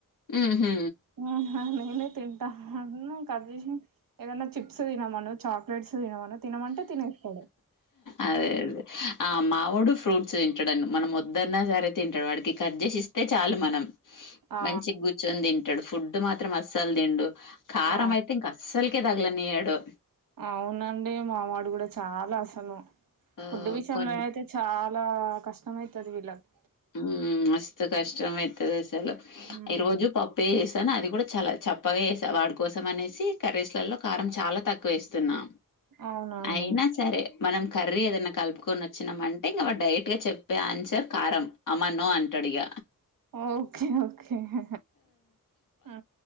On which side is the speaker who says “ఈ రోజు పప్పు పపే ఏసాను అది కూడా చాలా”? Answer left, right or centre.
Left